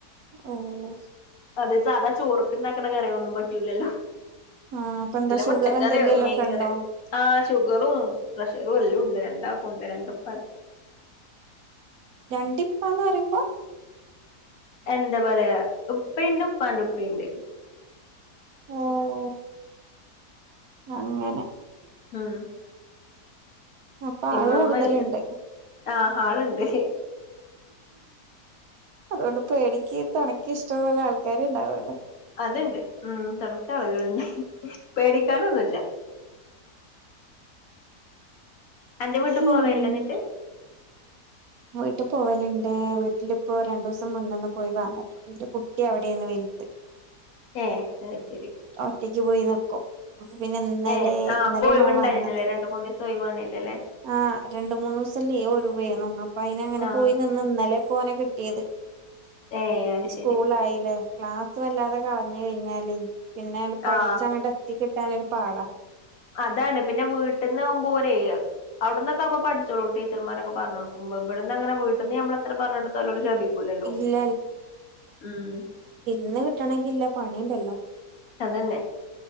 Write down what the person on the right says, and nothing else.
ഓഹ്
ആഹ് അപ്പൊ എന്താ
ഷുഗർ
എന്തെങ്കിലുമൊക്കെ
ഉണ്ടോ
രഞണ്ടിപ്പാന്ന് പറയുമ്പോ
ഓഹ് അങ്ങനെ
അപ്പൊ
ആള് കൂടുതലുണ്ട്
അതുകൊണ്ട് പേടിക്ക് തണക്ക് ഇഷ്ടംപലെ ആൾക്കാാര് ഇണ്ടാവല്ലോ
ഉം
വീട്ടിൽ പോവലുണ്ട് വീട്ടിലിപ്പോ രണ്ടു ദിവസം മുന്നൊന്ന് പോയി വന്നിട്ടു കുട്ടി അവിടെന്ന് വലിട്ട്
ഒറ്റക്ക് പോയി നിൽക്കും അപ്പൊ പിന്നെ ഇന്നലെ
ഇന്നലെ
നോമ്മ വന്നത്
ആഹ് രണ്ട്മൂന്നൂസം ലീവ് ഒഴിവാന്ന് അന്നപ്പൊ അയിന് അങ്ങനെ
പോയി നിന്ന് ഇന്നലെ പോനെ കിട്ടിയത്
സ്കൂളായില്ലേ
ക്ലാസ് വല്ലാതെ കളഞ്ഞ്കഴിഞ്ഞാലേ പിന്നെ പഠിച്ചങ്ങട്ട്
എത്തി കിട്ടാനരു പാടാ
ഇല്ല
ന്ന് കിട്ടണങ്കില്ല പണിയണ്ടല്ലോ